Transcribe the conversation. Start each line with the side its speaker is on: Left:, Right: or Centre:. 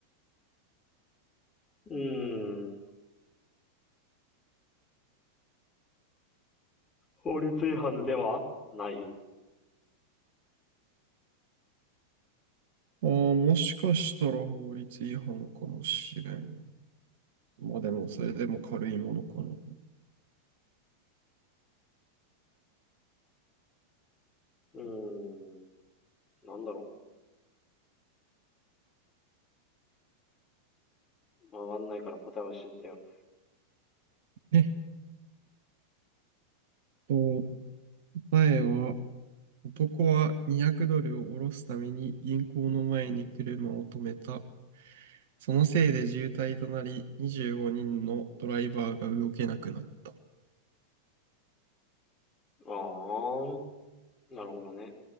Left: うーん。法律違反ではない。
Right: ああ、もしかしたら法律違反かもしれん。まあでも、それでも軽いものかな。
Left: うーん。なんだろう。わかんないから答え教えてよ。
Right: えっと、答えは、男は200ドルを下ろすために銀行の前に車を止めた。そのせいで渋滞となり、25人のドライバーが動けなくなった。
Left: あー。なるほどね。